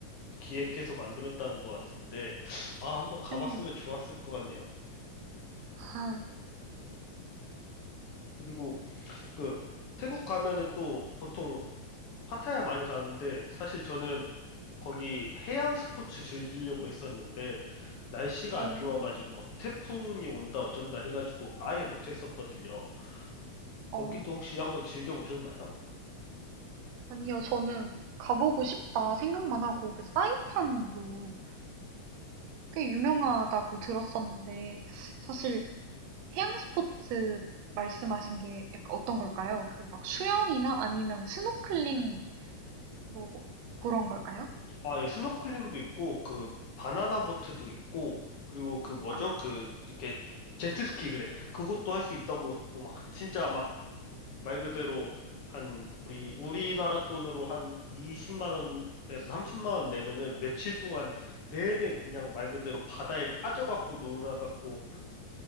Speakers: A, on the left (about 65°); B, on the right (about 75°).
A: 기획해서 만들었다는 것 같은데, 아, 한번 가봤으면
B: 네.
A: 좋았을 것 같네요.
B: 아,
A: 그리고 그 태국 가면은 또 보통 파타야 많이 가는데, 사실 저는 거기 해양 스포츠 즐기려고 했었는데, 날씨가
B: 어.
A: 안 좋아가지고 막 태풍이 온다 어쩐다 해가지고 아예 못했었거든요. 거기도
B: 어.
A: 혹시 한번 즐겨보셨나요?
B: 아니요. 저는 가보고 싶다 생각만 하고 그 사이판도 꽤 유명하다고 들었었는데 사실 해양 스포츠 말씀하신 게 약간 어떤 걸까요? 그 막 수영이나 아니면 스노클링 뭐 그런 걸까요?
A: 아, 예, 스노클링도 있고, 그, 바나나 보트도 있고, 그리고 그 뭐죠?
B: 아.
A: 그, 이렇게, 제트스키, 그래. 그것도 할 수 있다고 했고, 막, 진짜 막, 말 그대로, 한, 우리, 우리나라 돈으로 한 20만 원에서 30만 원 내면은 며칠 동안 내내 그냥 말 그대로 바다에 빠져갖고 놀아갖고,